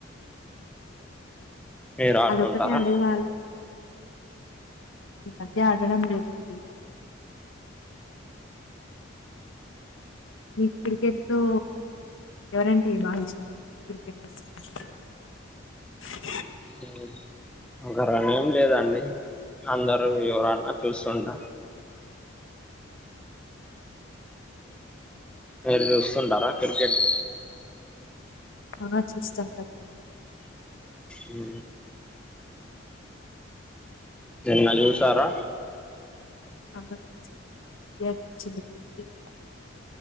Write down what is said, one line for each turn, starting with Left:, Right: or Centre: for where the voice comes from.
Centre: మీరు ఆడుతుంటారా
Left: అదొకటిే అడ వాాల మధ్య ఆడడం లేదా. డీ మీక్ క్రికెట్ లో ఎవరంటే బాగా ఇష్టం క్రికెట్లో <unintelligible>
Centre: ఆ ఒక రాణి ఏం లేదండి అందరుూ ఎవరన్నా చూస్తుండ మీరు చూస్తుంటారా క్రికెట్
Left: ఆ చూస్తాం కద
Centre: ఉ నీన్న చూసారా
Left: ఆ చూసాం <unintelligible>